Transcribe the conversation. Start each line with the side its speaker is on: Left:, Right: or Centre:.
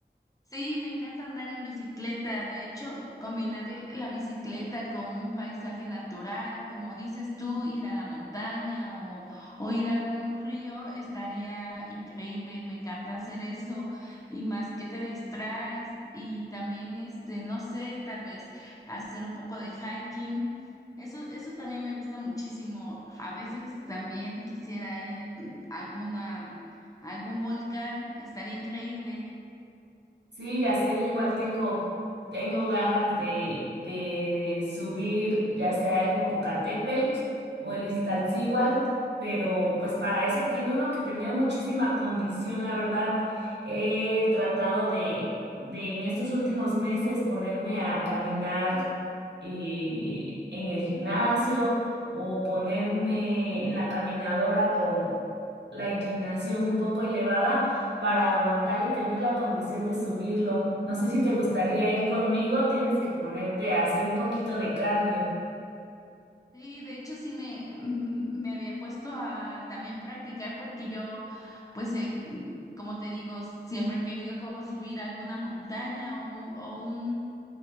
Left: Sí, me encanta andar en bicicleta. De hecho, combinar l- la bicicleta con un paisaje natural, como dices tú, ir a la montaña o, o ir a algún río, estaría increíble. Me encanta hacer eso y más que te distraes y también, este, no sé, tal vez hacer un poco de hiking. Eso, eso también me gusta muchísimo. A veces también quisiera ir a alguna, a algún volcán, estaría increíble.
Right: Sí, ya sé, yo igual tengo, tengo ganas de, de subir ya sea el Popocatépetl o el Iztaccíhuatl, pero pues para eso tiene uno que tener muchísima condición, la verdad. He tratado de, de en estos últimos meses ponerme a caminar eh, en el gimnasio o ponerme en la caminadora con la inclinación un poco elevada para aguantar y tener la condición de subirlo. No sé si te gustaría ir conmigo, tienes que ponerte a hacer un poquito de cardio.
Left: Sí, de hecho sí me, mm, me había puesto a también practicar porque yo, pues, eh, mm, como te digo, siempre he querido como subir a alguna montaña o, un- o un,